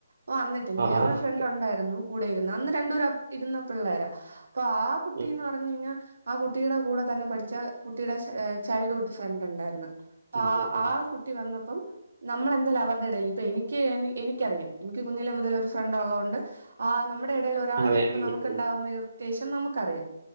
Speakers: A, on the right (about 70°); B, on the right (about 50°).
A: ഓ അന്നിട്ടില്ല വേറൊരു
B: ആഹ് ആഹ്
A: ഫ്രണ്ട്
B: ഓക്കെ
A: ഉണ്ടായിരുന്നു കൂടെ ഇരുന്ന് അന്ന് രണ്ട് പേര് ഇരുന്ന പിള്ളേരാ അപ്പം ആ കുട്ടിന്ന്
B: ഉം
A: പറഞ്ഞ് കഴിഞ്ഞാൽ ആ കുട്ടിയുടെ കൂടെ തന്നെ പഠിച്ച കുട്ടിയുടെ ചൈൽഡ്ഹുഡ് ഫ്രണ്ട് ഉണ്ടായിരുന്നു
B: ഉം
A: ആ
B: ഉം ഉം ഉം
A: ആ കുട്ടി വന്നപ്പം നമ്മളെന്താല് അവരുടെ ഇടയിൽ ഇപ്പൊ എനിക്ക് എനി എനിക്കറിയാം എനിക്ക് കുഞ്ഞിലെ മുതല് ഒരു ഫ്രണ്ട് ഒള്ള കൊണ്ട് ആ നമ്മുടെ ഇടയിൽ ഒരാള്
B: അതെ
A: വരുമ്പോ
B: ഉം
A: നമുക്ക്
B: ഉം ഉം
A: ഇണ്ടാവുന്ന ഇറിറ്റേഷൻ നമുക്കറിയാം